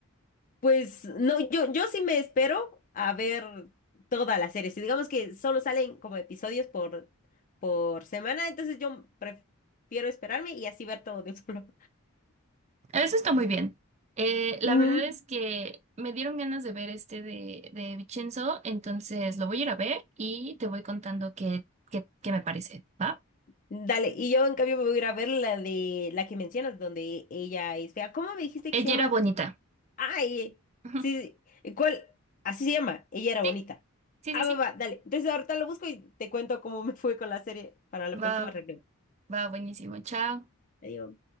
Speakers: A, on the left (about 35°); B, on the right (about 30°).
A: Pues no, yo, yo sí me espero a ver toda la serie. Si digamos que solo salen como episodios por, por semana, entonces yo prefiero esperarme y así ver todo de un solo.
B: Eso está muy bien. Eh, la
A: <laughs> Ujú,
B: verdad es que me dieron ganas de ver este de, de Vincenzo, entonces lo voy a ir a ver y te voy contando qué, qué, qué me parece, ¿va?
A: Dale, y yo en cambio me voy a ir a ver la de la que mencionas, donde ella es fea. ¿Cómo me dijiste
B: Ella
A: que se llama
B: era bonita.
A: la serie? Ay,
B: Ujú.
A: sí, sí, ¿cuál? Así se llama, ella era bonita.
B: Sí, sí,
A: Ah,
B: sí, sí.
A: va, va, dale. Entonces ahorita lo busco y te cuento cómo me fue con la serie para la
B: Va,
A: próxima reunión.
B: va buenísimo. Chao.
A: Adiós.